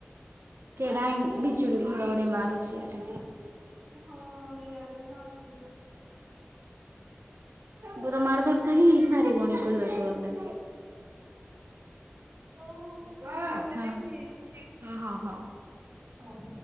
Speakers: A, on the right; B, on the right.
A: କେଡା ବିଜୁଡି ଘଡଘଡି ମାରୁଛି ଆଡେ?
B: ହଁ ୟାଡେ ବି ମାରୁଛି।
A: ମୁ କହିଲି ତମ ଆଡେ ବର୍ଷା ହେଇସରିବନି କହିଁବାକୁ ଗଲେ।
B: ହଉ
A: ହ
B: ଦିଦି ମୁଁ ରଖୁଛି
A: ହ ହଉ ହଉ ହଉ।
B: ହଉ।